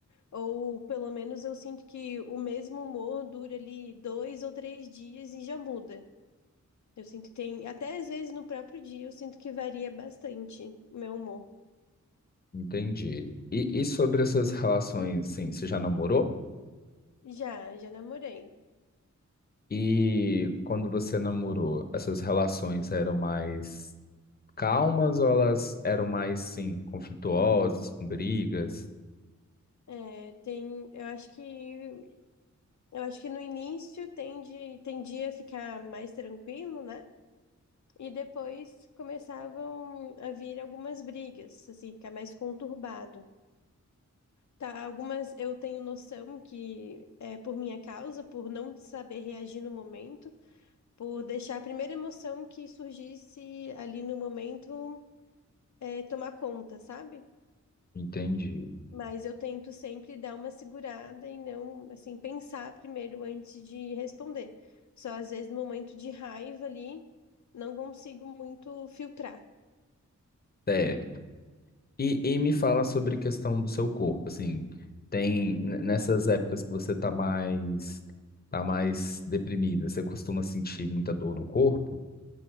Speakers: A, on the left; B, on the left.
A: ou pelo menos eu sinto que o mesmo humor dura ali dois ou três dias e já muda. Eu sinto que tem, até às vezes no próprio dia, eu sinto que varia bastante o meu humor.
B: Entendi. E, e sobre as suas relações, assim, você já namorou?
A: Já, já namorei.
B: E quando você namorou, as suas relações eram mais calmas ou elas eram mais, sim, conflituosas, com brigas?
A: É, tem, eu acho que, eu acho que no início tende, tendia a ficar mais tranquilo, né? E depois começavam a vir algumas brigas, assim, ficar mais conturbado. Tá, algumas eu tenho noção que é por minha causa, por não saber reagir no momento, por deixar a primeira emoção que surgisse ali no momento é, tomar conta, sabe?
B: Entendi.
A: Mas eu tento sempre dar uma segurada e não, assim, pensar primeiro antes de responder. Só às vezes no momento de raiva ali, não consigo muito filtrar.
B: É. E, e me fala sobre a questão do seu corpo, assim, tem n- nessas épocas que você tá mais tá mais deprimida, você costuma sentir muita dor no corpo?